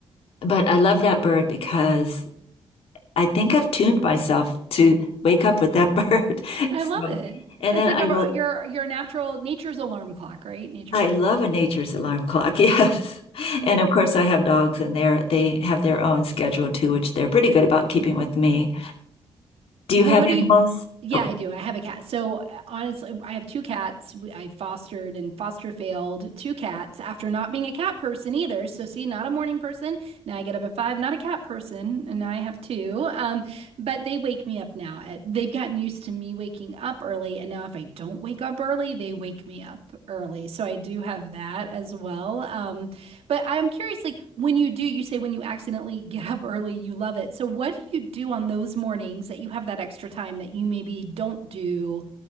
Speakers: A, on the left (about 70°); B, on the right (about 75°).
A: But I love that bird because I think I've tuned myself to wake up with that bird. <laughs>
B: I
A: So,
B: love it.
A: and
B: It's
A: then
B: like
A: I
B: a
A: will.
B: your your natural nature's alarm clock, right? Nature's
A: I
B: alarm.
A: love a nature's alarm clock. <laughs> Yes. And of course, I have dogs, and they they have their own schedule too, which they're pretty good about keeping with me. Do
B: Well,
A: you have
B: what
A: animals?
B: do you Yeah,
A: Oh,
B: I do. I have a cat. So uh, honestly, I have two cats. We- I fostered and foster failed two cats after not being a cat person either. So see, not a morning person. Now I get up at five, not a cat person, and now I have two. Um, but they wake me up now. Uh, They've gotten used to me waking up early, and now if I don't wake up early, they wake me up early. So I do have that as well. Um, but I'm curious, like when you do, you say when you accidentally get up early, you love it. So what do you do on those mornings that you have that extra time that you maybe don't do